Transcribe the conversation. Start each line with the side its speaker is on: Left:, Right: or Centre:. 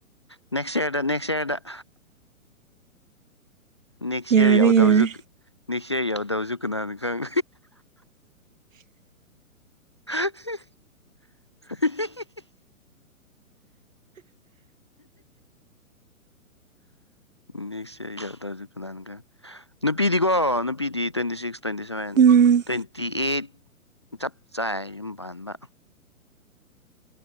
Left: ꯅꯦꯛꯁ ꯏꯌꯥꯔꯗ ꯅꯦꯛꯁ ꯏꯌꯥꯔꯗ ꯅꯦꯛꯁ
Right: ꯌꯥꯔꯦ
Left: ꯏꯌꯔ ꯌꯥꯎꯗꯕꯖꯨ
Right: ꯌꯥꯔꯦ
Left: ꯅꯦꯛꯁ ꯏꯌꯔ ꯌꯥꯎꯗꯕꯖꯨ ꯀꯅꯥꯅ ꯈꯪ <unintelligible> ꯅꯦꯛꯁ ꯏꯌꯔ ꯌꯧꯗꯕꯖꯨ ꯀꯅꯥꯅ ꯈꯪ ꯅꯨꯄꯤꯗꯤꯀꯣ ꯅꯨꯄꯤꯗꯤ twenty six twenty seven
Right: um
Left: twenty eight ꯆꯞ ꯆꯥꯏ ꯌꯨꯝ ꯄꯥꯟꯕ